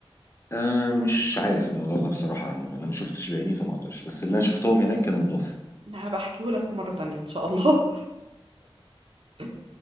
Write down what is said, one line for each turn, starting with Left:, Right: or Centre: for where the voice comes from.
Left: آه مش عارف الموضوع ده بصراحة عنهم يعني أنا ما شفتش بعيني فما أقدرش بس اللي أنا شفتهم هناك كانوا نضاف
Right: لا بحكيهولك في مره تانية ان شاء الله <laughs>